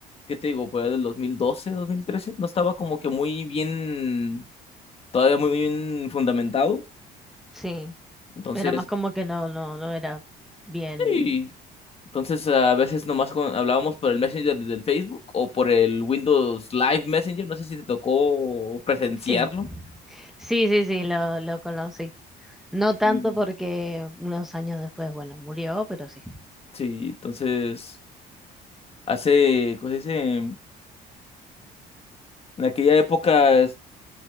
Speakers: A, on the left; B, in the centre.
A: ¿qué te digo? Por ahí del 2012, 2013, no estaba como que muy bien, todavía muy bien fundamentado.
B: sí.
A: Entonces,
B: Era más como que no, no, no era bien.
A: sí. Entonces, a veces nomás con- hablábamos por el Messenger del Facebook o por el Windows Live Messenger, no sé si te tocó presenciarlo.
B: Sí, sí, sí, sí, lo, lo conocí. No tanto
A: Y
B: porque unos años después, bueno, murió, pero sí.
A: sí, entonces, hace, ¿cómo se dice? En aquella época